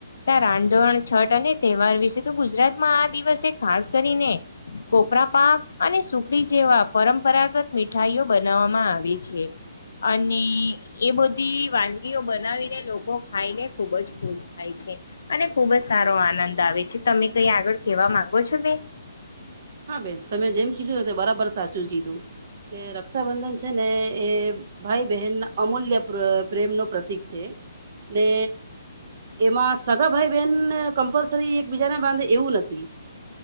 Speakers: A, on the left; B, on the right.
A: ત્યાં રાંધણ છઠ અને તહેવાર વિશે તો ગુજરાતમાં આ દિવસે ખાસ કરીને. કોપરા પાક અને સુખડી જેવા પરંપરાગત મીઠાઈઓ બનાવવામાં આવે છે. અને. એ બધી વાનગીઓ બનાવીને લોકો ખાઈને ખુબજ ખુશ થાય છે. અને ખુબ જ સારો આનંદ આવે છે તમે કઈ આગળ કેવા માંગો છો બેન.
B: હા બેન તમે જેમ કીધું ને તે બરાબર સાચું જ કીધું કે રક્ષાબંધન છે ને એ. ભાઈ બહેનના અમૂલ્ય પ્રેમ નો પ્રતિક છે ને. એમાં સગાભાઈ બેહેન કમ્પલસરી એક બીજા ને બાંધે એવું નથી.